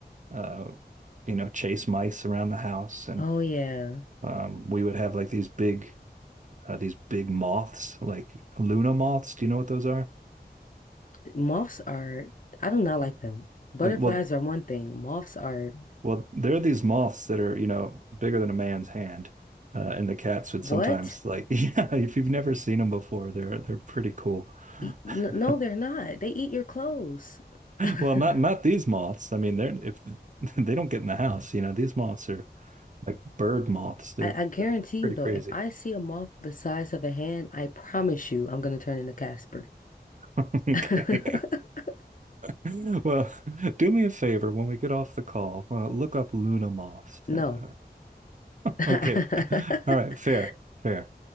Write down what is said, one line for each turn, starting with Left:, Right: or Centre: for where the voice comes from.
Right: uh, you know chase mice around the house, and
Left: Oh yeah.
Right: um, we would have like these big uh, these big moths, like Luna moths. Do you know what those are?
Left: Moths are I do not like them. Butterflies
Right: Uh, Well,
Left: are one thing. Moths are
Right: Well, there are these moths that are, you know, bigger than a man's hand, uh, and the cats would
Left: what?
Right: sometimes like, <laughs> yeah, if you've never seen them before, they're they're pretty cool.
Left: E-
Right: <laughs>
Left: n- No, they're not. They eat your clothes. <laughs> I,
Right: Well, not not these moths. I mean, they're if <laughs> they don't get in the house, you know, these moths are like bird moths. They're
Left: I guarantee
Right: pr pretty
Left: you though,
Right: crazy.
Left: if I see a moth the size of a hand, I promise you I'm gonna turn into Casper.
Right: <laughs> Okay.
Left: <laughs>
Right: Well, do me a favor when we get off the call, uh, look up Luna moths.
Left: No.
Right: Uh,
Left: <laughs>
Right: Okay. <laughs> All right. Fair. Fair.